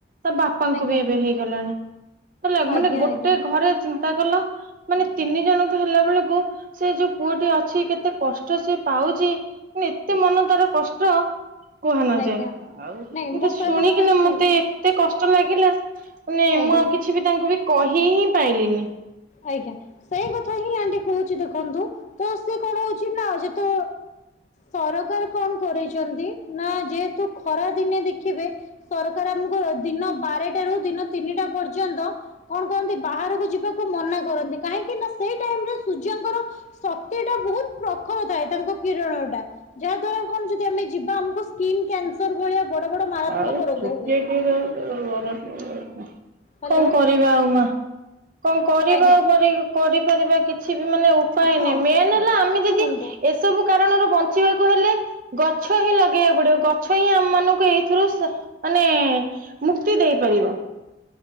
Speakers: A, on the right (about 45°); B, on the left (about 40°).
A: ତା ବାପାଙ୍କୁ
B: ଆଜ୍ଞା
A: ବି ଏବେ ହେଇଗଲାଣି
B: ଆଜ୍ଞା
A: ମାନେ ଗୋଟେ
B: ଆଜ୍ଞା
A: ଘରେ ଚିନ୍ତା କଲ। ମାନେ ତିନି ଜଣଙ୍କୁ ହେଲା ବେଳକୁ ସେ ଯୋଉ ପୁଅଟି ଅଛି କେତେ କଷ୍ଟ ସେ ପାଉଛି। ଏତେ ମନ ତାର କଷ୍ଟ। କୁହ ନଯାଏ
B: ଆଜ୍ଞା ନାଇଁ ମୋ
A: ଶୁଣିକିନା
B: କହିବା କଥା ଶୁଣ
A: ମତେ। ଏତେ କଷ୍ଟ ଲାଗିଲା ମାନେ
B: ଆଜ୍ଞା
A: ମୁଁ ଆଉ କିଛି ବି ତାଙ୍କୁ ବି କହି ହିଁ ପାଇଲିନି।
B: ଆଜ୍ଞା ସେଇ କଥା ହିଁ ଆଣ୍ଟି କହୁଛି ଦେଖନ୍ତୁ। ତ ସେ କଣ ହଉଛି ନା ଆଜି ତ ସରକାର କଣ। କରିଛନ୍ତି ନା ଯେହେତୁ ଖରା ଦିନେ ଦେଖିବେ। ସରକାର ଆମକୁ ଏ ଦିନ ବାରଟା ରୁ ଦିନ ତିନିଟା ପର୍ଯ୍ୟନ୍ତ। କଣ କରନ୍ତି ବାହାରକୁ ଯିବାକୁ ମନା କରନ୍ତି। କାହିଁକି ନା ସେଇ ଟାଇମ୍ ରେ ସୂର୍ଯ୍ୟଙ୍କର ଶକ୍ତି ଟା ବହୁତ ପ୍ରଖର ଥାଏ। ତାଙ୍କ କିରଣ ଟା। ଯାହା ଦ୍ଵାରା କଣ ଯଦି ଆମେ ଯିବା ଆମକୁ ସ୍କିନ୍ କ୍ୟାନ୍ସର ଭଳିଆ ବଡ ବଡ ମାରାତ୍ମକ
A: ଆଉ
B: ରୋଗ
A: ଛୋଟିଆ
B: ହୁଏ।
A: <unintelligible> କଣ
B: ହ୍ୟାଲୋ
A: କରିବା ଆଉ ମା? କଣ କରିବା
B: ଆଜ୍ଞା
A: ପରି କରିପାରିବା କିଛି ବି ମାନେ ଉପାୟ
B: ହଁ
A: ନାହିଁ। ମେନ୍ ହେଲା ଆମେ ଯଦି
B: ଶୁଣନ୍ତୁ
A: ଏସବୁ କାରଣରୁ ବଞ୍ଚିବାକୁ ହେଲେ ଗଛ ହିଁ ଲଗେଇବାକୁ ପଡିବ। ଗଛ ହିଁ ଆମ ମାନଙ୍କୁ ଏଇଥିରୁ ସ ମାନେ ମୁକ୍ତି ଦେଇପାରିବ।